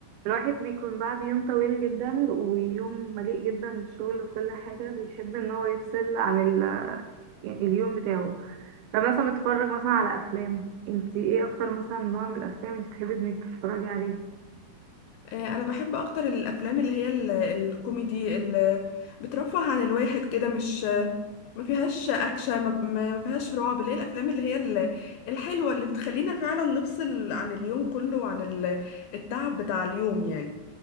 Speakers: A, on the right; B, on the left.
A: الواحد بيكون بعد يوم طويل جدا ويوم مليء جدا بالشغل وكل حاجة بيحب ان هو يفصل عن ال... يعني اليوم بتاعه فمثلا بتتفرج مثلا على افلام انتي ايه اكتر مثلا نوع من الافلام انتي بتحبي انك تتفرجي عليه
B: آه، انا بحب اكتر الافلام اللي هي ال- الكوميدي اللي بترفه عن الواحد كده مش ما فيهاش اكشن ما ما فيهاش رعب اللي هي الافلام اللي هي ال- الحلوه اللي بتخلينا فعلا نفصل عن اليوم كله وعن ال- التعب بتاع اليوم يعني